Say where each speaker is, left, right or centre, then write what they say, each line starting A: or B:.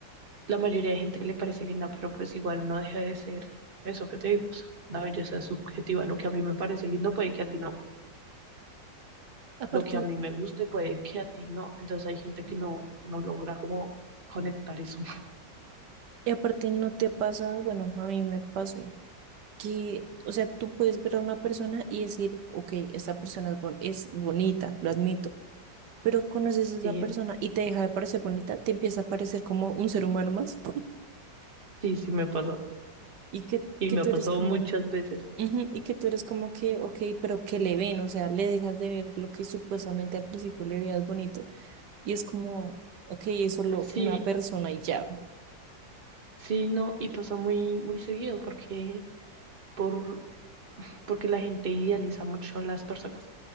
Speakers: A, on the right; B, on the right.
A: la mayoría de gente le parece linda, pero pues igual no deja de ser eso que te digo, o sea, la belleza es subjetiva, lo que a mí me parece lindo puede que a ti no,
B: Aparte,
A: lo que a mí me guste puede que a ti no, entonces hay gente que no, no logra como conectar eso. <laughs>
B: y aparte no te ha pasado, bueno, a mí me pasó. que, o sea, tú puedes ver a una persona y decir, ok, esta persona es, bon- es bonita, lo admito, pero conoces
A: Sí,
B: a esa persona y te deja de parecer bonita, te empieza a parecer como un ser humano más
A: sí, sí me pasa
B: y que,
A: y
B: que
A: me
B: tú
A: ha pasado
B: eres como,
A: muchas veces.
B: ujú, y que tú eres como que, ok, pero que le ven, o sea, le dejas de ver lo que supuestamente al principio le veías bonito y es como, ok, es solo
A: Sí,
B: una persona y ya.
A: sí, no, y pasa muy, muy seguido porque por porque la gente idealiza mucho a las personas.